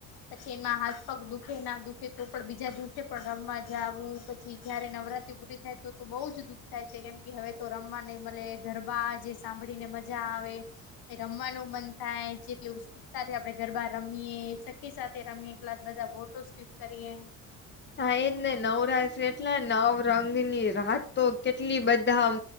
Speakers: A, on the left; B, on the left.
A: પછી એમાં હાથ પગ દુખે ના દુખે તો પણ બીજા દિવસે પણ રમવા આવું પછી જયારે નવરાત્રી પૂરી થાય તો તો બહુ જ દુઃખ થાય છે કેમ કે હવે તો રમવા નહીં મળે ગરબા જે સાંભળીને મજા આવે રમવાનું મન થાય જેટલી <unintelligible> સાથે આપડે ગરબા રમીએ સખી સાથે રમીએ એટલા બધા ઝાઝી ફોટો સ્કીપ કરીએ
B: હા એજ ને નવરાત્રી એટલા નવરંગની રાત તો કેટલી બધા આમ